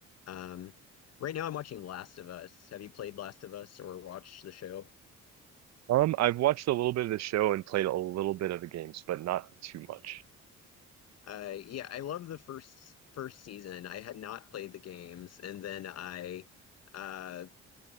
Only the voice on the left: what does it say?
Um, right now I'm watching Last of Us. Have you played Last of Us or watched the show?
Uh, yeah, I love the first first season. I had not played the games, and then I uh,